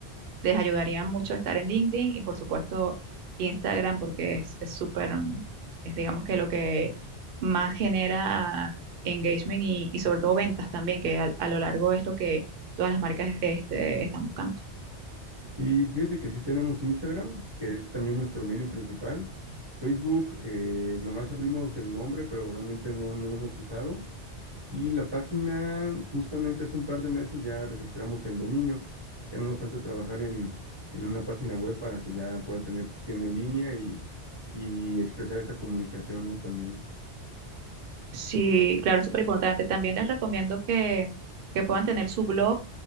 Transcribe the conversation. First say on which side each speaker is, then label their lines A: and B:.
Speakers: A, on the right; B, on the right.
A: les ayudaría mucho estar en LinkedIn y por supuesto Instagram porque es es súper, mm, es digamos que lo que más genera engagement y, y sobre todo ventas también, que al- a, lo largo es lo que todas las marcas este, están buscando.
B: Y fíjate que sí tenemos Instagram, que es también nuestro medio principal. Facebook, eh, nomás abrimos el nombre, pero realmente no, no lo hemos usado. Y la página, justamente hace un par de meses ya registramos el dominio. Ya no nos falta trabajar en, en una página web para que ya pueda tener, tiene línea y, y expresar esta comunicación, ¿no? También.
A: Sí, claro, es súper importante. También les recomiendo que, que puedan tener su blog